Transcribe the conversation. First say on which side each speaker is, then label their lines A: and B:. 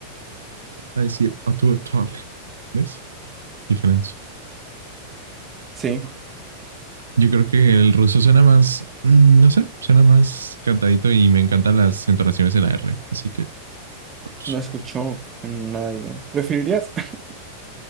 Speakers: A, on the right (about 70°); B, on the right (about 25°).
A: a decir a tu talk? ¿Ves? Diferencia.
B: Sí.
A: Yo creo que el ruso suena más, mm, no sé, suena más cantadito y me encantan las entonaciones de la R, así que ruso.
B: No escuchó a nadie. ¿Preferirías? <laughs>